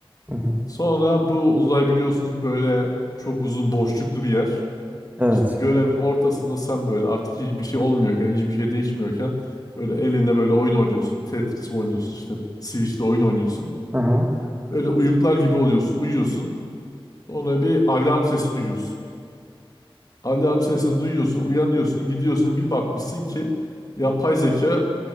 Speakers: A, on the right (about 15°); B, on the left (about 40°).
A: Hı hı.
B: Sonra bu uzay biliyorsunuz böyle çok uzun boşluklu bir yer.
A: Evet.
B: İşte görevin ortasında sen böyle artık hiçbir şey olmuyorken, hiçbir şey değişmiyorken böyle eline böyle oyun oynuyorsun. Tetris oynuyorsun işte Switch'le oyun oynuyorsun.
A: Hı hı.
B: Böyle uyuklar gibi oluyorsun, uyuyorsun. Sonra bir alarm sesi duyuyorsun. Alarm sesi duyuyorsun, uyanıyorsun, gidiyorsun bir bakmışsın ki yapay zeka